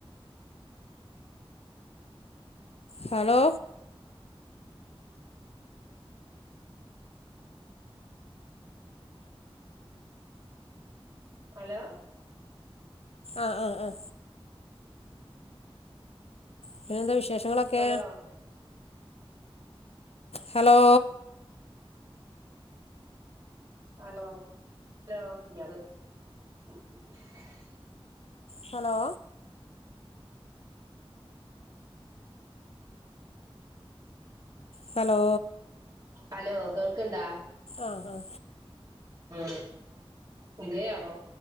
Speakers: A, on the left; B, on the right.
A: ഹലോ
B: അലോ
A: ആ ആ ആ പിന്നെന്താ വിശേഷങ്ങളൊക്കെ
B: hello
A: hello
B: hello hello <unintelligible>
A: hello hello
B: hello കേൾക്ക്ണ്ടാ?
A: ആ ആ
B: ആ എന്തെ അവൊ